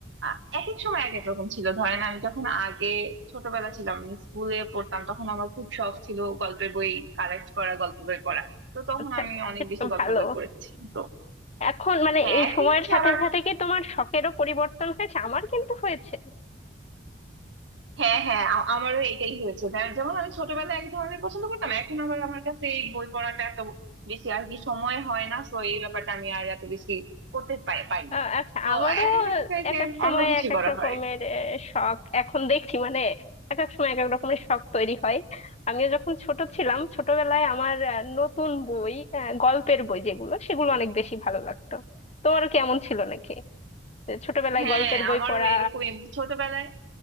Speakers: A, on the right; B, on the left.
A: আ- এক এক সময় এক এক রকম ছিল ধরেন আমি যখন আগে ছোটবেলা ছিলাম আমি স্কুলে পড়তাম তখন আমার খুব শখ ছিল গল্পের বই কালেক্ট করা গল্পের বই পড়া তো তখন
B: আচ্ছা
A: আমি অনেক
B: সেটা
A: বেশি
B: তো
A: গল্পের
B: ভালো
A: বই পড়েছি তো
B: এখন মানে
A: হ্যাঁ
B: এই
A: এখন
B: সময়ের
A: হচ্ছে
B: সাথে
A: আবার
B: সাথে কি তোমার শখেরও পরিবর্তন হয়েছে আমার কিন্তু হয়েছে
A: হ্যাঁ হ্যাঁ আ- আমারও এটাই হয়েছে যে- যেমন আমি ছোটবেলায় এক ধরনের পছন্দ করতাম এখন আবার আমার কাছে এই বই পড়াটা এত বেশি আর কি সময় হয় না তো এই ব্যাপারটা আমি আর এত বেশি করতে পাই পাই না
B: আহ, আচ্ছা
A: তো
B: আমারও
A: এখন দেখা যায়
B: এক
A: যে
B: এক সময়
A: অন্য কিছু
B: এক এক
A: করা
B: রকমের
A: হয়
B: আহ, শখ এখন দেখছি মানে এক এক সময় এক এক রকমের শখ তৈরি হয় আমিও যখন ছোট ছিলাম ছোটবেলায় আমার আহ, নতুন বই আহ, গল্পের বই যেগুলো সেগুলো অনেক বেশি ভালো লাগতো তোমারও কি এমন ছিল নাকি যে ছোটবেলায়
A: হ্যাঁ
B: গল্পের বই
A: আমারও
B: পড়া
A: এরকমই ছোটবেলায়